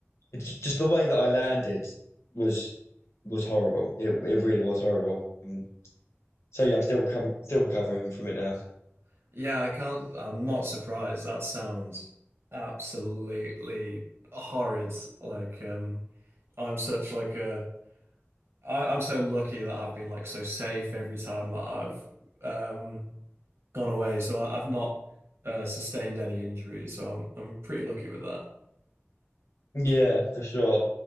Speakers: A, on the left; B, on the right.
A: it's just the way that I landed was was horrible. It it really was horrible. Um, so yeah, I'm still com still recovering from it now.
B: <laughs> yeah, I can't. I'm not surprised. That sounds absolutely horrid. Like, um, I'm such like a I, I'm so lucky that I've been like so safe every time that I've Right. um gone away, so I, I've not uh, sustained any injuries, so I'm I'm pretty lucky with that.
A: Yeah, for sure.